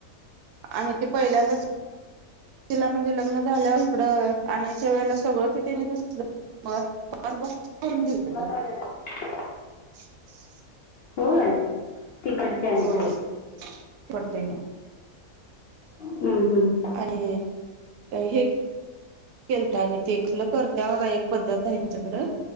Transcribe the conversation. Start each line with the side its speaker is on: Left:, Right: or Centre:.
Right: आणि ते पहिल्यांदाचं तिला म्हणजे लग्न झालं इकडं आणायच्या वेळेला सगळं ति तेनी तसलं मग चार बस करून देत्यात.
Left: <unintelligible>
Right: <unintelligible>
Left: होय तिकडच्या आणि
Right: होय सोडते मी
Left: हम्म हम्म
Right: आणि हे केलता आणि तेलं करत बघा एक पद्धत आहे त्यांच्याकडं